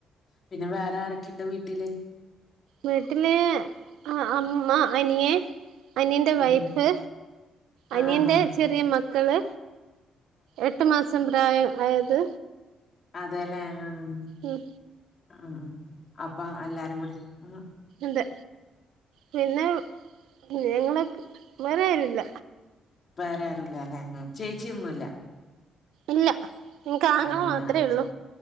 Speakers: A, on the left; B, on the right.
A: പിന്നെ വേറെ ആരൊക്കെ ഇണ്ട് വീട്ടില്?
B: വീട്ടില് അ അമ്മ, അനിയൻ. അനിയന്റെ
A: ഉം
B: വൈഫ്
A: ഉം ആഹ്
B: അനിയന്റെ
A: ആഹ് ആഹ്
B: ചെറിയ മക്കള് എട്ട് മാസം പ്രായ മായത്
A: അതെലേ ആഹ്
B: ഉം
A: ആഹ് അപ്പ എല്ലാരും കൂടി ആ
B: ന്തെ പിന്നെ ഞങ്ങള്ക്ക് വേറെ ആരു ഇല്ല
A: വേറെ ആരുല്ല ല്ലേ ചേച്ചിയൊന്നുല്ല.
B: ഇല്ല എനിക്ക് ആങ്ങള
A: ആഹ് ഇല്ല
B: മാത്രേ
A: ആഹ്
B: ഉള്ളൂ